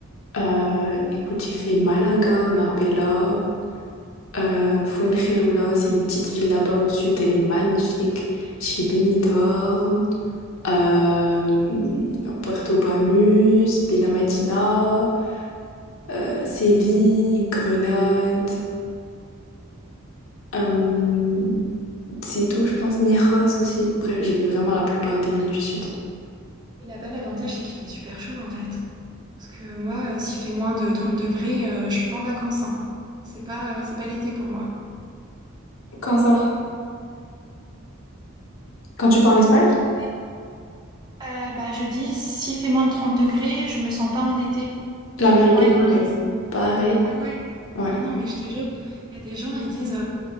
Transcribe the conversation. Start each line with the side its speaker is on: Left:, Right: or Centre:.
Left: Euh, écoute, j'ai fait Malaga, Marbella. Euh, Fuengirola, c'est une petite ville là-bas au sud, elle est magnifique. Je fais Benidorm, euh, Puerto Banús, Benamadina, euh, Séville, Grenade, euh,
Right: Trop bien.
Left: c'est tout, je pense. Mieres aussi. Bref, j'ai vu vraiment la plupart des villes du sud.
Right: Et Là-bas, l'avantage, c'est qu'il fait super chaud, en fait. Parce que moi, euh, s'il fait moins de 30 degrés, euh, je suis pas en vacances, hein. C'est pas, euh, c'est pas l'été pour moi.
Left: Quand ça? Quand tu pars en Espagne?
Right: Je disais, euh, bah, je dis, s'il fait moins de 30 degrés, je me sens pas en été. J'ai
Left: La vérité,
Right: froid, limite.
Left: pareil. Pareil.
Right: Ah ouais?
Left: Ouais.
Right: Ah non, mais je te jure, il y a des gens, ils disent...